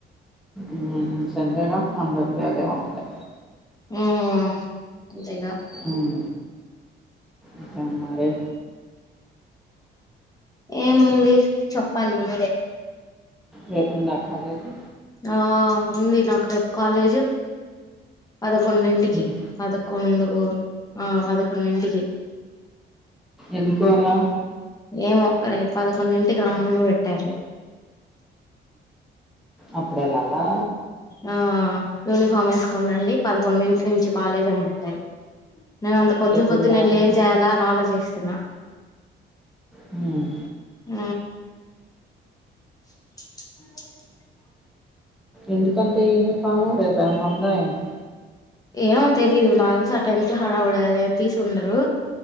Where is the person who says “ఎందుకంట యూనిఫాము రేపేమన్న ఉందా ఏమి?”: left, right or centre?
Centre